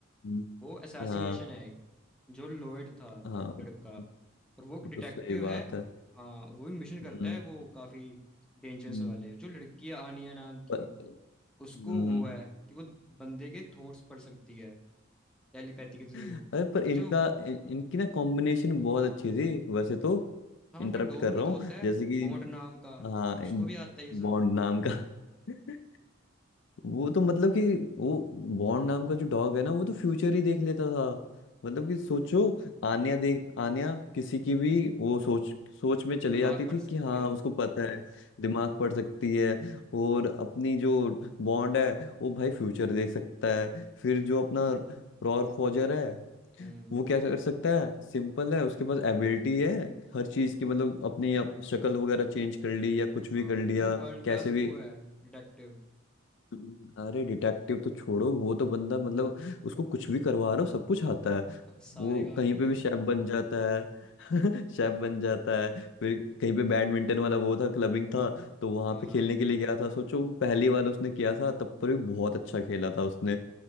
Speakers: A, on the left; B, in the centre.
A: हम्म,
B: वो असैसिनेशन
A: हाँ
B: है एक जो लोएड था
A: हाँ
B: लड़का
A: <laughs>
B: और
A: वो
B: वो एक डिटेक्टिव
A: तो सही बात
B: है
A: है
B: हाँ और वो भी मिशन करता
A: हम्म
B: है वो काफी डेंजरस
A: हम्म,
B: वाले जो लड़की है आनिया नाम की
A: पर हम्म
B: उसको वो है कि वो बंदे के थॉट्स पढ़ सकती है टेलीपैथी के थ्रू
A: अरे पर इनका
B: और जो
A: इन, इनकी ना कॉम्बिनेशन बहुत अच्छी थी वैसे तो
B: हाँ
A: इंटरप्ट
B: उनका डॉग
A: कर
B: भी
A: रहा
B: तो
A: हूँ
B: होता है
A: जैसे कि
B: बॉन्ड नाम का
A: हाँ
B: उसको भी आता है ये सब
A: बॉन्ड नाम का <laughs> वो तो मतलब कि वो बॉन्ड नाम का जो डॉग है ना वो तो फ्यूचर ही देख लेता था मतलब कि सोचो आन्या देख आन्या किसी की भी वो सोच सोच में चली
B: दिमाग
A: जाती
B: पढ़
A: थी
B: सकती
A: कि हाँ
B: है
A: उसको पता है दिमाग पढ़ सकती है और अपनी जो बॉन्ड है वो भाई फ्यूचर देख सकता है फिर जो अपना रॉर फॉजर है
B: हम्म
A: वो क्या कर सकता है सिंपल है उसके पास एबिलिटी है हर चीज की मतलब अपनी अप, शक्ल वगैरह चेंज कर ली या कुछ भी
B: हाँ
A: कर लिया
B: वो वर्ल्ड क्लास
A: कैसे भी
B: वो है डिटेक्टिव
A: अरे डिटेक्टिव तो छोड़ो वो तो बंदा मतलब उसको कुछ भी करवा रहे हो सब कुछ आता है
B: सारे
A: वो
B: काम
A: कहीं
B: कर लेता
A: पे भी शेफ
B: है
A: बन जाता है <laughs> शेफ बन जाता है फिर कहीं पे बैडमिंटन वाला वो था क्लबिंग था तो वहां
B: हाँ
A: पे खेलने के लिए गया था सोचो वो पहली बार उसने किया था तब पर भी बहुत अच्छा खेला था उसने